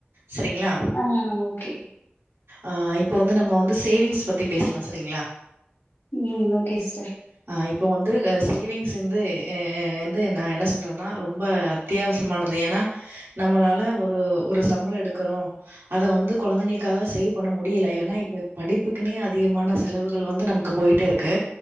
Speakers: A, on the right (about 80°); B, on the left (about 70°).
A: சரிங்ளா
B: ஆ ஓகே
A: ஆ இப்ப வந்து நம்ம வந்து சேவிங்ஸ் பத்தி பேசலா சேரிங்ளா
B: ம் ஓகே சிஸ்டர்
A: அ இப்போ வந்துக சேவிங்ஸ் இந்து எ எ எந்து நா என்ன சொல்றனா ரொம்ப அத் அத்தியாவசமானது ஏனா நம்மளால ஒரு ஒரு சம்பளோ எடுக்குறோ அத வந்து கொழந்தைங்களுக்காக சேவ் பண்ண முடியல ஏனா இப்ப படிப்புக்குன்னே அதிகமான செலவுகள் வந்து நமக்கு போயிட்டே இருக்கு